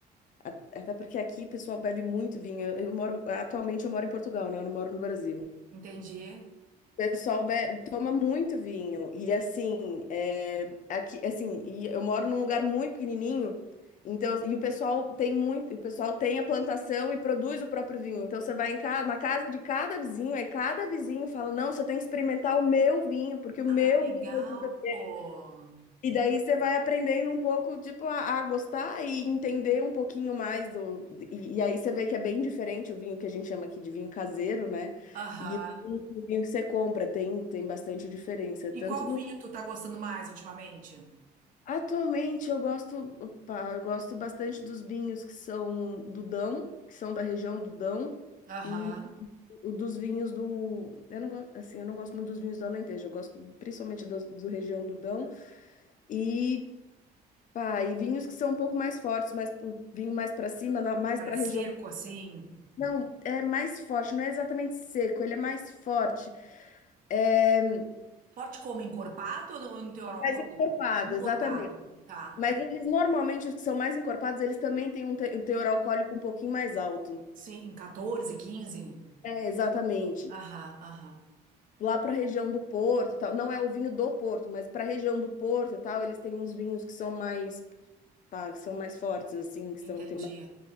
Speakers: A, on the left (about 50°); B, on the right (about 55°).
A: a- até porque aqui o pessoal bebe muito vinho. Eu, eu moro, atualmente eu moro em Portugal, né? Eu não moro no Brasil.
B: entendi.
A: pessoal be- toma muito vinho. E assim, é, aqui, assim, e eu moro num lugar muito pequenininho. Então, e o pessoal tem muito, o pessoal tem a plantação e produz o próprio vinho. Então você vai em casa na casa de cada vizinho, aí cada vizinho fala: "Não, você tem que experimentar o meu vinho, porque o
B: Ah,
A: meu
B: legal,
A: vinho é especial."
B: pô.
A: E daí você vai aprendendo um pouco, tipo, a, a gostar e entender um pouquinho mais do. E, e aí você vê que é bem diferente o vinho que a gente chama aqui de vinho caseiro, né?
B: Aham.
A: E o o vinho que você compra tem, tem bastante diferença.
B: E
A: Tanto
B: qual
A: no.
B: vinho tu tá gostando mais ultimamente?
A: Atualmente eu gosto, opa, eu gosto bastante dos vinhos que são do Dão, que são da região do Dão,
B: Aham.
A: e o dos vinhos do. Eu não gosto, assim, eu não gosto muito dos vinhos do Alentejo, eu gosto principalmente do, do região do Dão. E Pá, e vinhos que são um pouco mais fortes, mais pro- vinho mais para cima, na- mais
B: Mais
A: para a região.
B: seco, assim?
A: Não, é mais forte, não é exatamente seco, ele é mais forte, é
B: Forte como? Encorpado ou no teor alcoólico?
A: mais encorpado,
B: Encorpado,
A: exatamente.
B: tá.
A: Mas eles normalmente, os que são mais encorpados, eles também têm um te- um teor alcoólico um pouquinho mais alto.
B: Sim, em 14, quinze
A: É, exatamente.
B: Aham, aham.
A: Lá para a região do Porto e tal, não é o vinho do Porto, mas para a região do Porto e tal, eles têm uns vinhos que são mais, pá, que são mais fortes, assim, que são,
B: Entendi.
A: tem mais.